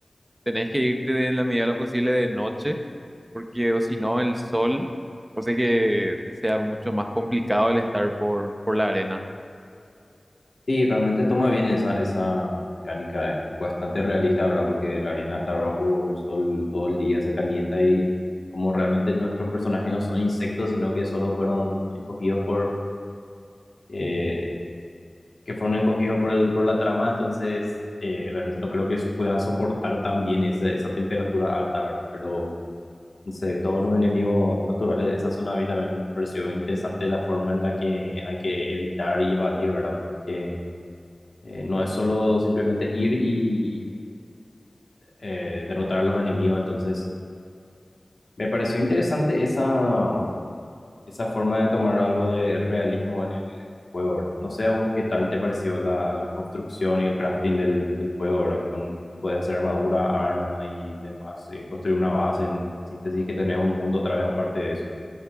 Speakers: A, on the right; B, on the left.
A: tenés que irte en la medida de lo posible de noche, porque o si no, el sol hace que sea mucho más complicado el estar por, por la arena.
B: Sí, realmente toma bien esa, esa mecánica, es bastante realista, ¿verdad? Porque la arena está bajo el sol todo el día, se calienta y como realmente nuestros personajes no son insectos, sino que solo fueron encogidos por, eh, que fueron encogidos por el, por la trama, entonces eh, realmente no creo que puedan soportar tan bien esa, esa temperatura alta, ¿verdad? Pero, no sé, todos los enemigos naturales de esa zona a mí también me pareció interesante la forma en la que hay que evitar y evadir, ¿verdad? Porque eh, no es solo simplemente ir y eh, derrotar a los enemigos. Entonces, me pareció interesante esa, esa forma de tomar algo de realismo en el, en el juego, ¿verdad? No sé a vos qué tal te pareció la, la construcción y el crafting del, del juego, ¿verdad? Con que puedes hacer armadura, arma y demás, eh, construir una base, en síntesis, que tenés un mundo otra vez aparte de eso.